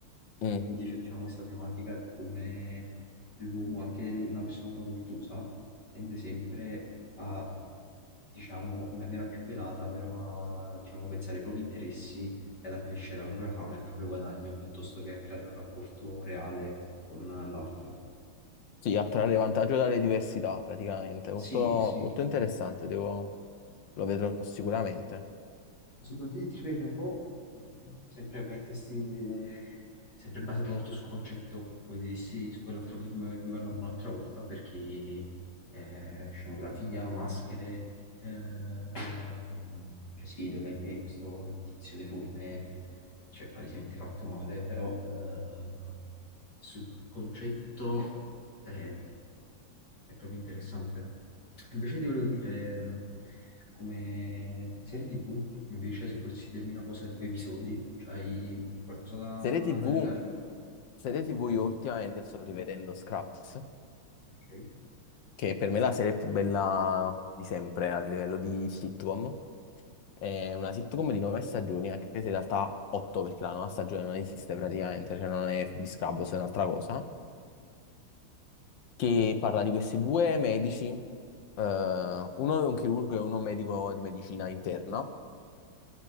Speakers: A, on the left; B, on the left.
A: Mm.
B: E quindi c'è diciamo questa tematica di come l'uomo, anche una persona facoltosa, tende sempre a, diciamo, in maniera più velata, però a, diciamo, pensare ai propri interessi e ad accrescere la propria fama e il proprio guadagno piuttosto che a creare un rapporto reale con l'altro.
A: Sì, a trarre vantaggio dalle diversità praticamente. Molto,
B: Sì, sì.
A: molto interessante, devo- lo vedrò sicuramente.
B: Citolini, ti ripeto, è un po' mh, sempre per i testi, eh, sempre basato molto sul concetto, come ti dissi su quell'altro film di cui parlavamo un'altra volta, perché eh, scenografia, maschere, eh, cioè si vede ovviamente questo tizio deforme cioè palesemente fatto male, però eh, sul concetto è, è proprio interessante. Invece ti volevo dire, mh, come serie TV, invece se volessi dirmi una cosa tipo episodi, c'hai qualcosa da,
A: Serie TV,
B: da indicarmi?
A: serie TV io ultimamente sto rivedendo Scraps,
B: Ok.
A: che per me è la serie più bella di sempre a livello di sitcom. È una sitcom di nove stagioni, anche se in realtà otto, perché la nona stagione non esiste praticamente, cioè non è di Scrubs, è un'altra cosa. che parla di questi due medici, eh, uno è un chirurgo e uno è un medico di medicina interna,